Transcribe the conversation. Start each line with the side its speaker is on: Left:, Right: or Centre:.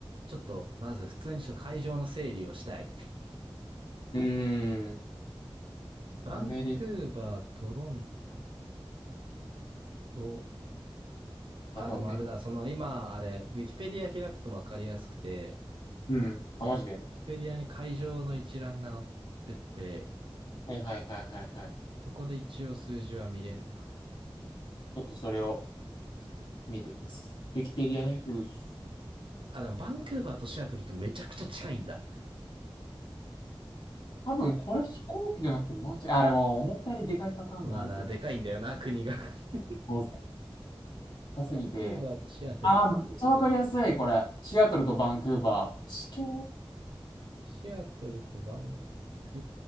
Right: ちょっと、まず普通にちょっと会場の整理をしたい。
Left: うーん。
Right: バンクーバー、
Left: アメリ
Right: トロント、あ、
Left: カだ、
Right: でもあれだ、
Left: め、
Right: その今、あれ、ウィキペディア開くとわかりやすくて、
Left: うん。あ、マジで。
Right: ウィキペディアに会場の一覧が載ってて、
Left: はいはいはいはいはい。ち
Right: そこで一応数字は見れるな。
Left: ょっとそれを見てみます。ウィキペディアね。うっす。
Right: あ、でもバンクーバーとシアトルってめちゃくちゃ近いんだ。
Left: 多分これ飛行機じゃなくてマンチ、あ、でも思ったよりでかいパターンがあると思う。
Right: まあな、でかいんだよな、国が。<laughs>
Left: もう高すぎて。
Right: バンクーバーとシアトルって。
Left: あー、めっちゃわかりやすい、これ。シアトルとバンクーバー。地形
Right: シアトルとバンク